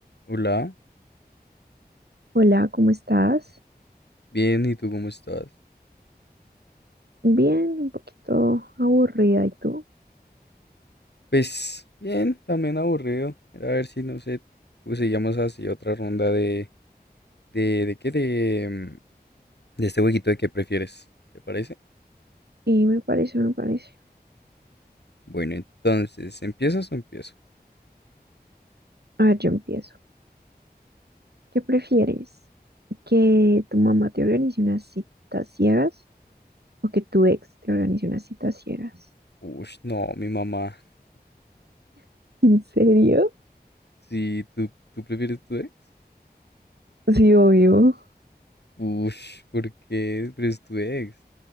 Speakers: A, on the left; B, on the right.
A: Hola,
B: Hola, ¿cómo estás?
A: bien, ¿y tú cómo estás?
B: Bien, un poquito aburrida. ¿Y tú?
A: Pues bien, también aburrido. Era a ver si, no sé, seguíamos así otra ronda de, de, ¿de qué? De, mm, de este jueguito de qué prefieres, ¿te parece?
B: Y me parece, me parece.
A: Bueno, entonces, ¿empiezas o empiezo?
B: A ver, yo empiezo. ¿Qué prefieres? ¿Que tu mamá te organice unas citas ciegas o que tu ex te organice unas citas ciegas?
A: Ush, no, mi mamá.
B: ¿En serio?
A: Sí, ¿tú, tú prefieres tu ex?
B: Sí, obvio.
A: Ush, ¿por qué prefieres tu ex?